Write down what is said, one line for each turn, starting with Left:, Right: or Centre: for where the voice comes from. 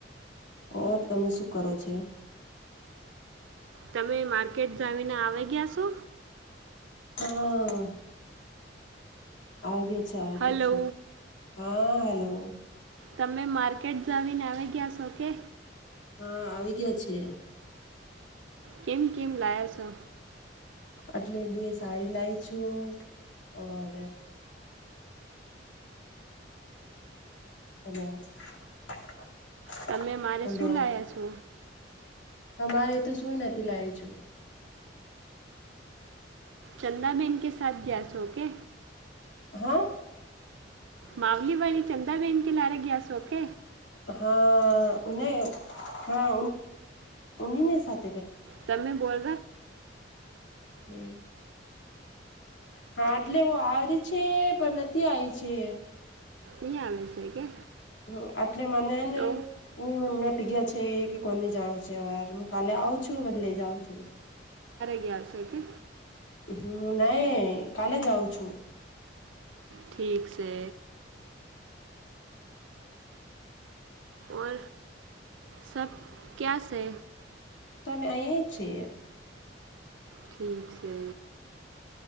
Left: ઓર તમે શું કરો છો?
Right: તમે માર્કેટ જાવીને આવી ગયા છો
Left: હા આવગ આવગ
Right: હલો
Left: હા હલો
Right: તમે માર્કેટ જાવીને આવી ગયા છો કે
Left: હા આવી ગયા છે
Right: કેમ કેમ લાયા છો?
Left: એટલે બે સાડી લાવ છું ઓર <unintelligible>
Right: તમે મારે
Left: હલો
Right: શું લાવ્યા છો
Left: તમારે તો સુું નથી લાવ છું
Right: ચંદના મેં ન કે સા ગયા છોકે
Left: હા
Right: માવલી વાી ચંદાબેન કે લારે ગયા સોખ
Left: હા હા ઉને સા
Right: તમે બોલો
Left: હમ. હા એટલે વો આવરી છે પણ નથી આઈ છે.
Right: ઈ આવે છે કે?
Left: હ એટલે મને હેને
Right: તો
Left: મેટી ગયા છે કે કોની જાણ છે <unintelligible> અ વાર. કાલે આવ છું <unintelligible> લઈ જાઉ છું.
Right: આવશે કે?
Left: હમ નાહી કાલે જાઉ છું.
Right: ઠીક છે. ઓર સબ ક્યા છે?
Left: તમે અહીયા જ છે
Right: ઠીક છે.